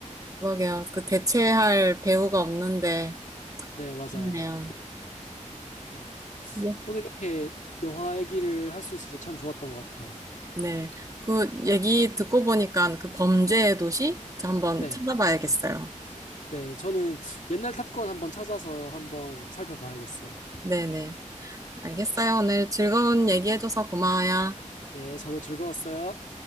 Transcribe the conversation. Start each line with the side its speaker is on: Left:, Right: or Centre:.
Right: 그러게요. 그 대체할 배우가 없는데
Left: 네, 맞아요.
Right: 있네요.
Left: 네.
Right: 예.
Left: 오늘 이렇게 영화 얘기를 할 수 있어서 참 좋았던 것 같아요.
Right: 네. 그 얘기 듣고 보니까 그 범죄의 도시 저 한번
Left: 네.
Right: 찾아봐야겠어요.
Left: 네, 저는 옛날 탑건 한번 찾아서 한번 살펴봐야겠어요.
Right: 네네. 알겠어요. 오늘 즐거운 얘기해줘서 고마워요.
Left: 네, 저도 즐거웠어요.